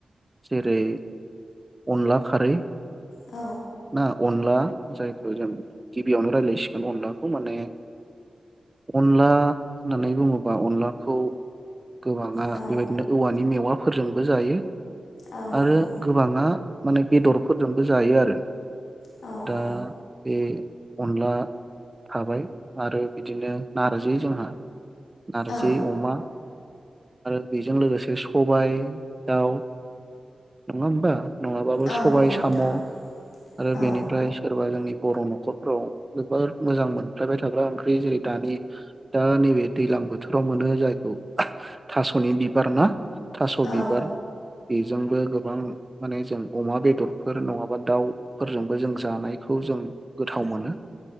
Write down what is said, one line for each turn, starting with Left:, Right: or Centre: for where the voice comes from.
Right: जेरै अनला खारै।
Left: औ
Right: ना अन ला जायखौ जों गिबियावनो रायजलायसिगोन अनलाखौ माने अनला होननानै बुङोब्ला अनलाखौ गोबाङा
Left: औ
Right: बेबायदिनो औवानि मेवाफोरजोंबो जायो।
Left: औ नंगौ
Right: आरो गोबाङा माने बेदरफोरजोंबो जायो आरो।
Left: औ
Right: दा
Left: औ
Right: बे अनला थाबाय आरो बिदिनो नार्जि जोंहा नार्जि
Left: औ
Right: अमा आरो बेजों लोगोसे सबाय दाउ। नङा होमबा? नङाबाबो
Left: औ
Right: सबाय
Left: नंगौ
Right: साम'
Left: नोंथां
Right: आरो
Left: औ
Right: बेनिफ्राय सोरबा जोंनि बर' नख'रफोराव जोबोर मोजां मोनफ्लेबाय थाग्रा ओंख्रि जेरै दानि दा नैबे दैलां बोथोराव मोनो जायखौ थास'नि बिबार ना। थास'
Left: औ
Right: बिबार बेजोंबो गोबां माने जों अमा बेदरफोर नङाबा दाउफोरजोंबो जों जानायखौ जों गोथाव मोनो।